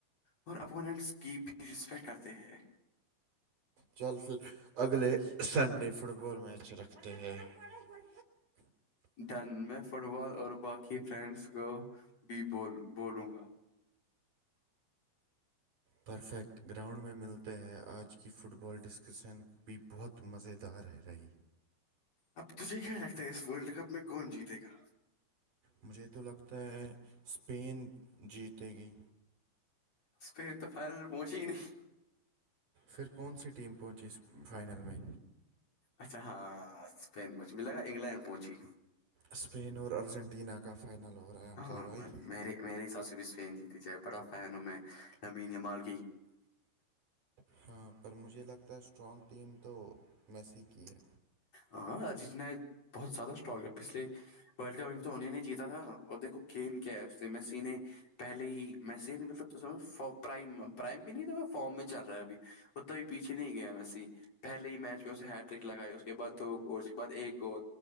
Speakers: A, on the left; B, on the right.
A: اور اپوننٹس کی بھی رسپیکٹ کرتے ہیں
B: چل پھر اگلے سنڈے فٹ بال میچ رکھتے ہیں پڑ
A: دن میں فٹ بال اور باقی فرینڈس کو بھی بول بولوں گا
B: پرفیکٹ گراؤنڈ میں ملتے ہیں آج کی فٹ بال ڈسکشن بھی بہت مزیدار رہی
A: اب تجھے کیا لگتا ہے اس ورلڈ کپ میں کون جیتے گا
B: مجھے تو لگتا ہے اسپین جیتے گی
A: پھر تو فائنل پہنچی ہی نہیں
B: پھر کون سی ٹیم پہنچی اس فائنل میں
A: اچھا ہاں اسپین پہنچی میں لگا انگلینڈ پہنچی
B: اسپین اور ارجنٹینا کا فائنل ہو رہا ہے حمزہ
A: ہاں
B: بھائی
A: میرے میرے حساب سے بھی اس فین جیتی جائے بڑا فین ہوں میں نی مال
B: ہاں پر مجھے لگتا ہے اسٹرانگ ٹیم تو میسی کی ہے
A: ہاں ارجنٹینا بہت زیادہ اسٹراگ ہے پچھل ورلڈ کپ میں تو ہونے نہیں جیتا تھا اور دیکھو گیم کیا ہے اس سے میں سینے پہلے ہی میں س بھی مطلب پرائم پرائم بھی نہیں تھا فارم میں چل رہا ہے بھی ات بھی پیچھے نہیں گیا میں پہل ہی میچ میں اسے ہیٹریک لگائے اس کےعد دو گ اس کے بعد ایک گ